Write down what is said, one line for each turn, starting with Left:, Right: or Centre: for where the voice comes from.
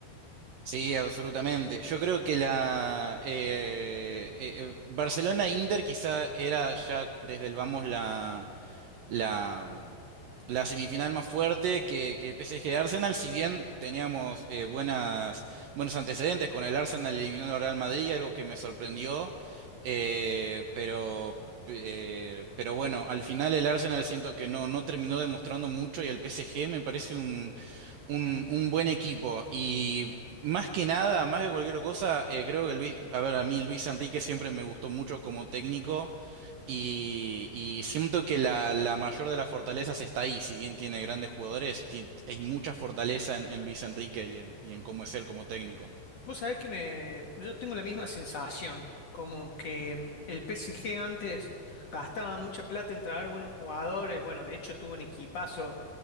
Right: Sí, absolutamente. Yo creo que la eh, eh, eh, Barcelona-Inter quizá era ya desde el vamos la, la semifinal más fuerte que, que PSG-Arsenal, si bien teníamos eh, buenas, buenos antecedentes con el Arsenal eliminando al Real Madrid, algo que me sorprendió, eh, pero, eh, pero bueno, al final el Arsenal siento que no, no terminó demostrando mucho y el PSG me parece un, un, un buen equipo y... Más que nada, más que cualquier cosa, eh, creo que Luis, a ver, a mí Luis Enrique siempre me gustó mucho como técnico. Y, y siento que la, la mayor de las fortalezas está ahí, si bien tiene grandes jugadores, ti- hay mucha fortaleza en, en Luis Enrique y en, y en cómo es él como técnico.
Left: Vos sabés que me, yo tengo la misma sensación, como que mm, el PSG antes gastaba mucha plata en traer buenos jugadores, bueno, de hecho tuvo un equipazo